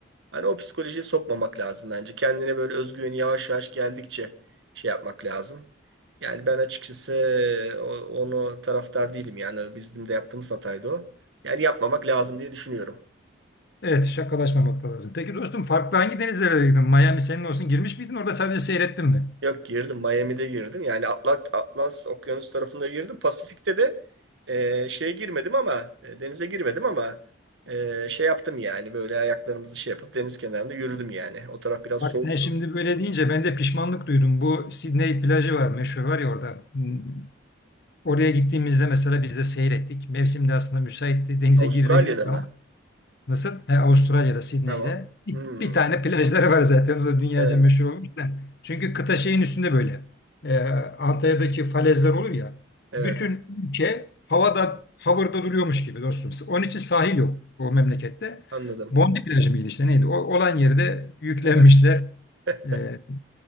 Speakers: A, on the right (about 65°); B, on the left (about 55°).
A: Hani o psikolojiye sokmamak lazım bence. Kendine böyle özgüveni yavaş yavaş geldikçe şey yapmak lazım. Yani ben açıkçası e, o- onu taraftar değilim. Yani bizim de yaptığımız hataydı o. Yani yapmamak lazım diye düşünüyorum.
B: Evet, şakalaşmamak da lazım. Peki dostum farklı hangi denizlere gittin? Miami senin olsun girmiş miydin? Orada sadece seyrettin mi?
A: Yok girdim. Miami'de girdim. Yani Atlat, Atlas Okyanus tarafında girdim. Pasifik'te de e, şeye girmedim ama e, denize girmedim ama e, şey yaptım yani böyle ayaklarımızı şey yapıp deniz kenarında yürüdüm yani. O taraf biraz
B: Bak
A: soğuktu.
B: sen şimdi böyle deyince ben de pişmanlık duydum. Bu Sydney plajı var meşhur var ya orada. Hmm, Oraya gittiğimizde mesela biz de seyrettik. Mevsim de aslında müsaitti. Denize
A: Avustralya'da
B: girilebilirdi
A: mı?
B: ama nasıl? He, Avustralya'da, Sydney'de
A: Tamam.
B: bir,
A: Hmm,
B: bir tane plajları var zaten. O da dünyaca
A: evet.
B: meşhur olmuş da. Çünkü kıta şeyin üstünde böyle. Ee, Antalya'daki falezler olur ya.
A: Evet.
B: Bütün ülke havada, havırda duruyormuş gibi dostum. Onun için sahil yok o memlekette.
A: Anladım.
B: Bondi plajı mıydı işte neydi? O, olan yeri de yüklenmişler.
A: Evet. <laughs>
B: E,